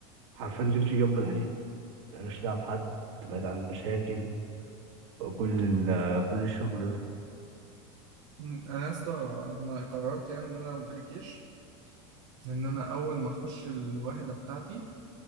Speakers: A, on the right; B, on the right.
A: حرفيا تمشي جنب الحيط مالكش دعوة بحد تبعد عن المشاكل وكل ال آه، كل الشغل ده
B: مم، انا يا اسطى ما قررت يعني ان انا لو جالي الجيش ان انا اول ما اخش الوحدة بتاعتي